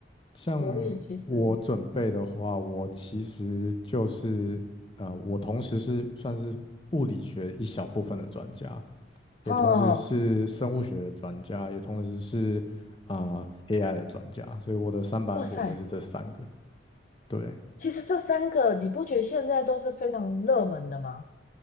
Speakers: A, on the left (about 25°); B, on the left (about 45°).
A: 像
B: 所以其实，
A: 我准备的话，我其实就是，呃，我同时是算是物理学一小部分的专家。
B: 哦，
A: 也同时是生物学的专家，也同时是啊、呃 AI 的专家，所以我的三板斧会是这三个。
B: 哇塞，
A: 对
B: 其实这三个你不觉得现在都是非常热门的吗？